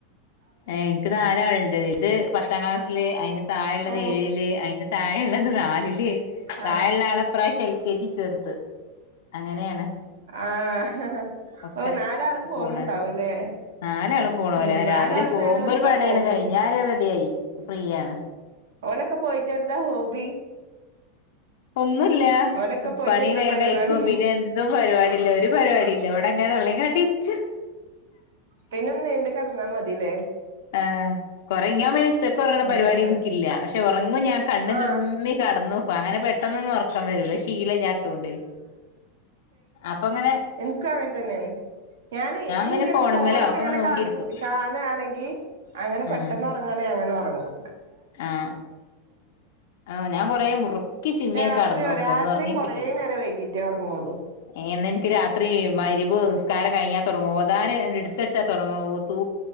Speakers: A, on the left; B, on the right.
A: എനിക്ക് നാലാള്ണ്ട് ഇത് പത്താം ക്ലാസ്സില് അയിന്റെ താഴ്ള്ളത്
B: ഓ
A: ഏഴില് അയിന്റെ താഴെയുള്ളത് നാലില് താഴെുള്ളാളെ
B: ആഹ്
A: ഇപ്രാവശ്യം എൽ കെ ജി ചേർത്ത് അങ്ങനെയാണ്
B: ആഹഹ
A: ഒക്കെ
B: ഓ നാലാളും പോണ്ണ്ടാവൂല്ലേ
A: പോണ് നാലാളും പോണോരാ
B: ഉം നാലാളും
A: രാവിലെ പോകുമ്പോ
B: നേരംവെളുത്താ
A: ഒരു പടയാണ്
B: പോവുംല്ലേ
A: കഴിഞ്ഞാല് റെഡിയായി ഫ്രീയാണ്
B: ഓലൊക്കെ പോയിട്ടെന്താ ഹോബി
A: ഒന്നുല്ല
B: ഓലൊക്കെ പോയിട്ട്
A: പണി
B: എന്താ
A: വേഗയിക്കും
B: പരിപാടി
A: പിന്നെ എന്തും പരിപാടിയില്ല ഒരു പരിപാടിയില്ല ഇവിടെ അങ്ങനെ തൊള്ളേം കാട്ടിരിക്ക
B: പിന്നെ നീണ്ട് കെടന്നാ മതില്ലേ
A: ആ കൊറെ ഇങ്ങൊമാൻ ഉച്ചക്കൊറങ്ങണ പരിപാടി
B: ആഹ്
A: എനിക്കില്ല പക്ഷ ഒറങ്ങും ഞാൻ കണ്ണ്
B: ആഹ്
A: ചിമ്മി കടന്നോക്കും അങ്ങനെ പെട്ടന്നൊന്നും ഒറ ക്കം വരൂല ശീലല്ലാത്തോണ്ട് അപ്പങ്ങനെ
B: എനക്കങ്ങനെതന്നെയാണ് ഞാന് ഇനിയിങ്ങനെ
A: ഇങ്ങനെ ഫോണുമ്മലോ
B: ഫോണൊക്കങ്ങനെ
A: ഒക്കെങ്ങനെ നോക്കിയിരിക്കും
B: കാൺ കാണ്ആണെങ്കി അങ്ങനെ
A: ഉം
B: പെട്ടെന്നൊറങ്ങാണെ അങ്ങനെ ഒറങ്ങും
A: ആഹ് ആ ഞാൻ കൊറേ മുറുക്കി ചിമ്മിയൊക്കെ
B: രാത്രിയോ
A: അട ക്കടന്നോക്കും
B: രാത്രിയും
A: ഒന്നൊറങ്ങിക്കിട്ടു
B: കൊറേ നേരം വൈകീട്ടേ ഉറങ്ങുള്ളൂ
A: ഏ അന്നെനിക്ക് രാത്രി മഗ്രിബ് നിസ് നിസ്കാരം കഴിഞ്ഞാൽ തുടങ്ങുവോ ഓതാനാ എടുത്തു വച്ചാൽ തുടങ്ങൂ ഓതൂ